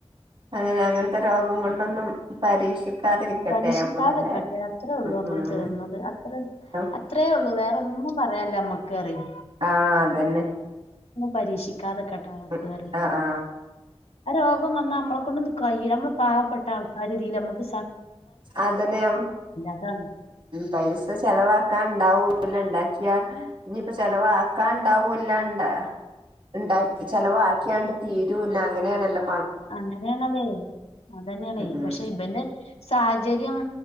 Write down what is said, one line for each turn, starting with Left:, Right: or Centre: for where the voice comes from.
Right: അതിന് അങ്ങനത്തെ രോഗം കൊണ്ടൊന്നും പരീക്ഷിക്കാതിരിക്കട്ടെ
Left: ആ പരീക്ഷിക്കാതെക്കട്ടെ
Right: നമ്മളെല്ലാരും
Left: അത്രള്ളു
Right: ഉം ഉം
Left: മ്മള് തേട്ണത് അത്ര
Right: ആ
Left: അത്രേ ഒള്ളു വേറെൊന്നും പറയാല്ല മ്മക്ക് ൻക്കറിം
Right: ആഹ് അതന്നെ
Left: പരീക്ഷിക്കും ക്കാതക്കട്ടെ റബ്ബ്
Right: ഉം. ആ ആ
Left: ആ രോഗം വന്നാ മ്മളെ കൊണ്ട് കൈയ്യൂല മ്മള് പാവപ്പെട്ടാ ആ രീതില് മ്മക്ക്
Right: അതെന്നെ ഉം
Left: അതാണ്
Right: പൈസ ചെലവാക്കാൻണ്ടാവൂല്ല ല്ല ണ്ടാക്കിയാ ഇനിപ്പോ ചെലവാക്കാ ണ്ടാവൂല്ലണ്ട ണ്ടാ ചെിലവാക്കിയാണ്ട് തീരൂല്ല അങ്ങനെയാണെല്ലോ
Left: അങ്ങനെയാണതെ അതന്നെണെ
Right: ഉം ഉം
Left: പക്ഷെ ഇബന്റെ സാഹചര്യം